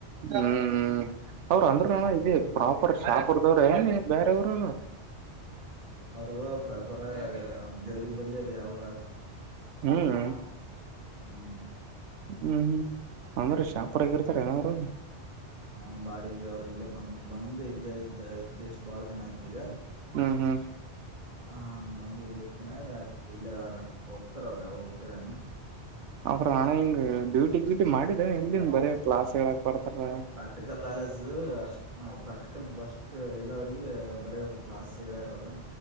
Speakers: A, on the right; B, on the right.
A: ಹ್ಮ್ ಅವ್ರ ಅಂದ್ರನು ಮಾಮ ಇದೇ ಪ್ರಾಪರ್ ಶಾಪುರ್ದವ್ರೆನ್ ಬ್ಯಾರೆ ಊರಾವ್ರ್
B: ಅವ್ರ್ದ ಪ್ರಾಪರ ದೇವ್ರಿಗ ಬಲ್ಲೆ ಅದ ಯಾವುರದ
A: ಹ್ಮ್
B: ಟಮ್ಯಾಟಪ್ಪ ಹ್ಮ.
A: ಹ್ಮ್ ಹ್ಮ್ ಅಂದ್ರೀ ಶಾಪುರಗ ಇರ್ತಾರ ಅವರು
B: ಹಾ ಬಾಡಿಗೆ ಅವ್ರು ಇಲ್ಲೇ ಬಂದ ಬಂದ್ ಇಲ್ಲೇ ಇದ್ದ ಇದ್ದ್ ಎಷ್ಟು ಬಾಳ ದಿನ ಆಯ್ತ ಈಗ
A: ಹ್ಮ ಹ್ಮ
B: ಹ ಬಂದ ಇಲ್ಲಿ ಇದನಾಗ ಇಲ್ಲಿ ಅವ್ರ ಹೋಗ್ತಾರ ಅವ್ರ ಯಾವಾಗ ಹೋಗ್ತಾರ ಏನು
A: ಅವ್ರಾ ಹಣ ಹಂಗ ಡ್ಯೂಟಿಗ್ ಗುಯ್ಟಿ ಮಾಡಿದ ಎಲ್ಲಿಂದ ಬರೇ ಕ್ಲಾಸ್ ಹೇಳಾಕ್ ಬರ್ತಾರ
B: ಪ್ರಾಕ್ಟಿಕಲ್ ನಾಲೆಜ್ ಅಷ್ಟ ಹ ಪ್ರಾಕ್ಟಿಕಲ್ ಬಸ್ಟ್ ಎಲ್ಲ್ರಗ ಬರ ಕ್ಲಾಸ್ ಹೇಳ್ಯಾರ ಅವ್ರ